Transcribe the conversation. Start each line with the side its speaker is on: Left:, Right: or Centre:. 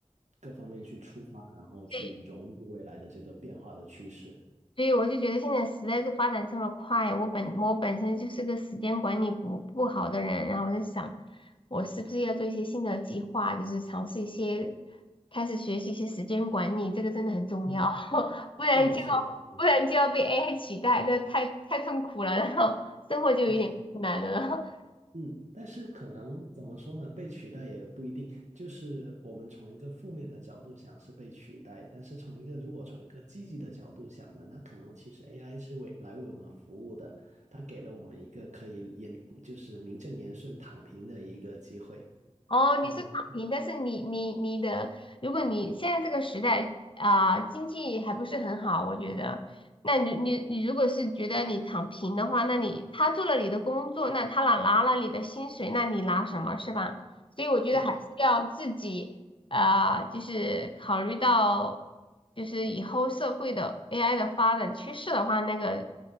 Right: 各方面去出发，然后去融入未来的这个变化的趋势。
Left: 对。所以我就觉得现在时代是发展这么快，我本我本身就是个时间管理不不好的人，然后我在想，我是不是要做一些新的计划，就是尝试一些，开始学习一些时间管理，这个真的很重要，
Right: 嗯，
Left: <laughs> 不然就要不然就要被
Right: 是的，是的，嗯，
Left: AI 取代，这太太痛苦了，然后生活就有点困难了。
Right: 对，
Left: <laughs>
Right: 嗯，但是可能怎么说呢？被取代也不一定，就是我们从一个负面的角度想是被取代，但是从一个如果从一个积极的角度想呢，那可能其实 AI 是为来为我们服务的，它给了我们一个可以言就是名正言顺躺平的一个机会，
Left: 哦，你是躺平，
Right: 让我们
Left: 但是你你你的，如果你现在这个时代啊、经济还不是很好，我觉得，那你你你如果是觉得你躺平的话，那你他做了你的工作，那他拿拿了你的薪水，那你拿什么是吧？所以我觉得还是要自己啊、
Right: 是的，
Left: 就是考虑到就是以后社会的 AI 的发展趋势的话，那个